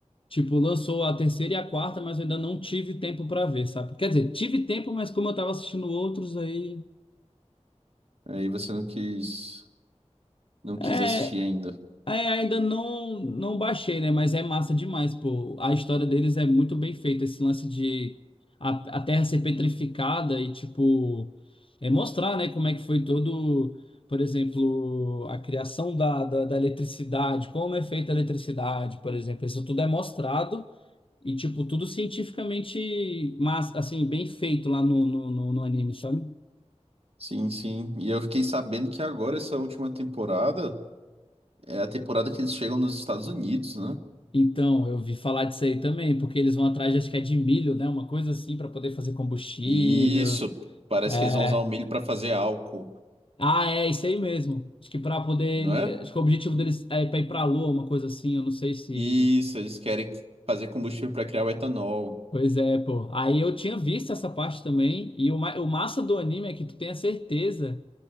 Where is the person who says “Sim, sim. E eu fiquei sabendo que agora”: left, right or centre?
Right